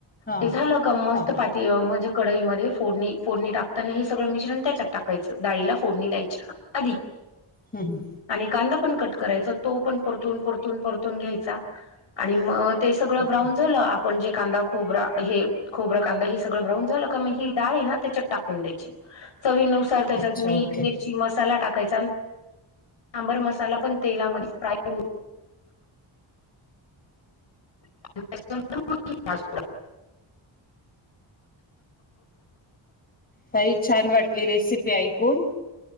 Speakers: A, on the left (about 20°); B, on the left (about 70°).
A: हा
B: ते झालं का मस्त
A: हा हा
B: पा ते म्हणजे कढईमध्ये फोडणी फोडणी टाकताना हे सगळं मिश्रण त्याच्यात टाकायचं., डाळीला फोडणी द्यायच्या. आधी
A: हम् हं,
B: आणि कांदा पण कट करायचा. तो पण परतून परतून परतून घ्यायचा आणि मग ते सगळं
A: ओके
B: ब्राउन झालं पण जे कांदा खोबरा हे खोबरा कांदा हे सगळं ब्राऊन झालं का, मग ही दाळ आहेना त्याच्यात टाकून द्यायची. चवीनुसार त्याच्यात
A: अच्छा
B: मीठ,
A: ओके
B: मिरची मस् मसाला टाकायचा. सांबर मसाला पण तेलामध्ये फ्राय <unintelligible>
A: तरी छान वाटली रेसिपी ऐकून.